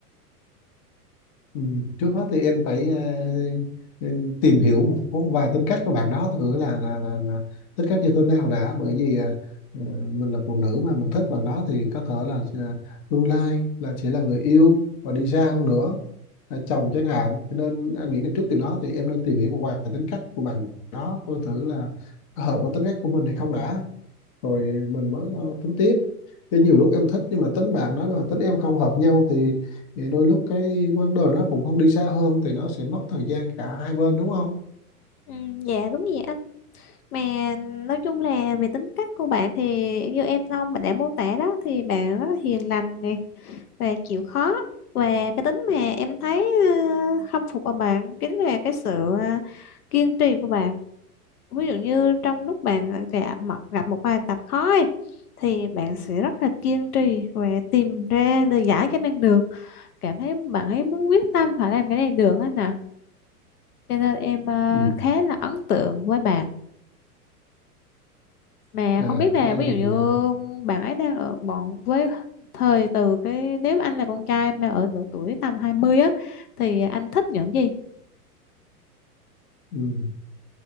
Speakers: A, on the left; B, on the left.
A: Ừ, trước hết thì em phải ờ, ờ, tìm hiểu một số vài tính cách của bạn đó thử là là là, là tính cách như thế nào đã bởi vì ờ, ờ, mình là phụ nữ mà mình thích bạn đó thì có thể là ờ, tương lai là sẽ là người yêu và đi xa hơn nữa là chồng chẳng hạn cho nên anh nghĩ là trước điều đó thì em nên tìm hiểu một vài tính cách của bạn đó coi thử là có hợp với tính cách của mình hay không đã rồi mình mới ờ, tính tiếp chứ nhiều lúc em thích nhưng mà tính bạn đó là tính em không hợp nhau thì, thì đôi lúc cái vấn đề nó cũng không đi xa hơn thì nó sẽ mất thời gian cả hai bên đúng không
B: Ừ, dạ đúng vậy anh mà nói chung là về tính cách của bạn thì như em Nông mình đã mô tả đó thì bạn rất là hiền lành nè và chịu khó và cái tính mà em thấy ờ, khâm phục ở bạn chính là cái sự ờ, kiên trì của bạn ví dụ như trong lúc bạn gặp một, gặp một bài tập khó ấy, thì bạn sẽ rất là kiên trì và tìm ra lời giải cho bạn được cảm thấy bạn ấy muốn quyết tâm phải làm cái này được á nè cho nên em ờ,
A: ừ.
B: khá là ấn tượng với bạn mà
A: à
B: không biết là
A: cái đây
B: ví
A: thì
B: dụ như
A: ờ,
B: bạn ấy đang ở bọn với thời từ cái nếu mà anh là con trai mà ở độ tuổi tầm 20 á thì anh thích những gì
A: ừ.